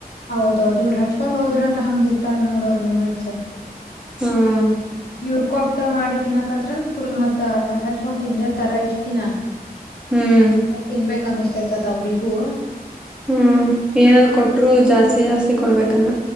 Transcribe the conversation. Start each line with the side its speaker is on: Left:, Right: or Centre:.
Left: ಹೌದೌದದು ಇವ್ರು ಹಚ್ಕೊಂಡ್ ಹೋದ್ರ ಅಂದ್ರ ಹಂಗ ಇರ್ತಾರ್ ನೋಡ ಅವ್ರ ರೂಮೇಟ್ಸ್.
Centre: ಹ್ಮ್
Left: ಇವರು ಕೊಟ್ಟ ಮಾಡಿ ತಿನ್ನಕತ್ರಂದ ಫುಲ್ ಮತ್ತ ಹಚ್ಕೊಂಡ್ ತಿಂದಿರ್ತರ ಇಷ್ಟ ದಿನ.
Centre: ಹ್ಮ್
Left: ಮತ್ ತಿನ್ಬೇಕ ಅನ್ನಿಸತಾಯ್ತದ ಅವ್ರಿಗೂ.
Centre: ಹ್ಮ್
Left: ಅದಕ್ಕ
Centre: ಏನಾರ ಕೊಟ್ರು ಜಾಸ್ತಿ ಜಾಸ್ತಿ ಕೊಡ್ಬೇಕಲ್ಲ.